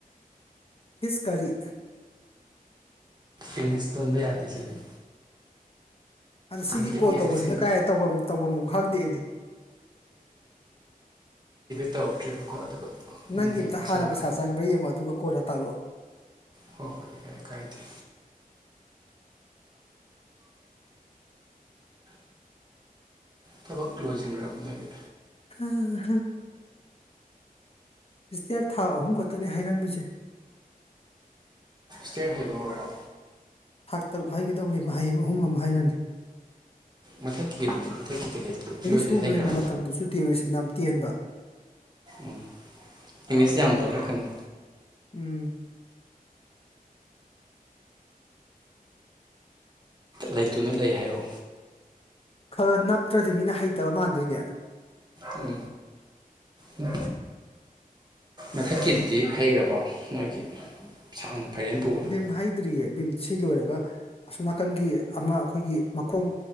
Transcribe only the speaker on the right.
ꯏꯪꯂꯤꯁ ꯇꯣꯟꯕ ꯌꯥꯗꯦ ꯁꯤꯗꯤ
ꯃꯩꯇꯩ
ꯃꯌꯦꯛ
ꯑꯁꯦꯡꯕ
ꯇꯧꯛꯇ꯭ꯔꯤꯕꯀꯣ ꯑꯗꯨꯒ ꯃꯣꯏꯅ
ꯍꯌꯦꯡ
ꯁꯦꯝꯃꯀꯥꯟꯗ
ꯍꯣꯏ ꯍꯣꯏ ꯌꯥꯏ ꯀꯥꯏꯗꯦ ꯊꯕꯛ ꯂꯣꯏꯁꯤꯟꯈ꯭ꯔꯕ ꯅꯣꯏꯒꯤ
ꯁꯤꯌꯔ ꯍꯩꯕ ꯍꯧꯔ꯭ꯔꯣ
ꯃꯊꯛꯊꯈ꯭ꯔ
ꯎꯝ ꯏꯪꯂꯤꯁ ꯌꯥꯝ ꯂꯣꯜꯂꯦ ꯀꯩꯅꯣ
ꯂꯩꯇꯨꯅ ꯂꯩ ꯍꯥꯏꯌꯨ
ꯎꯝ ꯎꯝ ꯃꯊꯛꯀꯤꯗꯨꯗꯤ ꯍꯩꯈ꯭ꯔꯕꯣ ꯅꯣꯏꯒꯤ ꯁꯥꯡꯅ ꯐꯩꯔꯦꯝ ꯄꯨꯕꯗꯣ